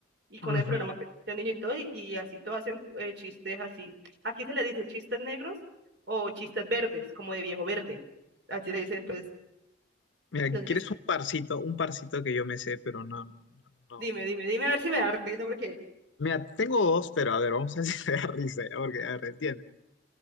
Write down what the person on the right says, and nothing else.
y con
el programa que escucha el niño y todo, y, y así todo hacen eh, chistes así. Aquí se les dice chistes negros o chistes verdes, como de viejo verde. Así le dice, pues,
entonces,
dime, dime, dime a ver si me da risa, porque